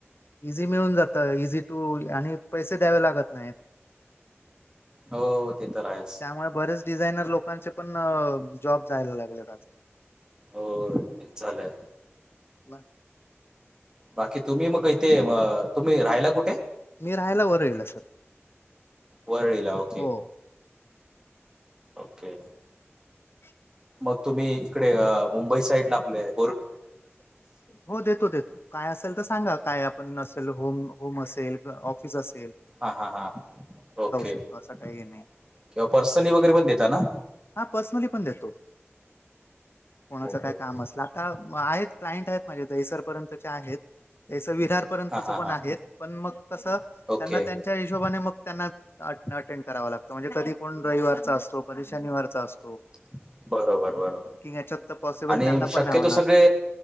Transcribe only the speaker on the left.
इझी मिळून जात इझी टू आणि पैसे द्यावे लागत नाहीत.
त्यामुळे बरेच डिझायनर लोकांचे पण जॉब जायला लागल्यात.
म-
मी राहायला वरळीला सर.
हो.
<inaudible>
हो देतो देतो काय असेल त सांगा. काय आपण असेल होम होम असेल किंवा ऑफिस अस
शकतो
असं काही हे नाही
हा पर्सनली पण देतो. कोणाच
काय
काम असलं आता म आहेत क्लाइंट आहेत माझ्याहित दहीसरपर्यंतचे आहेत. ते तस विरार पर्यंतच
पण
आहेत पण मग तस त्यांना
त्यांच्या हिशोबाने मग त्यांना अटेंड करावा लागतं म्हणजे कधी कोण रयवारचा असतो कधी शनवारचा अस
याच्यात तर पॉसिबल
त्यांना
पण नाही होणार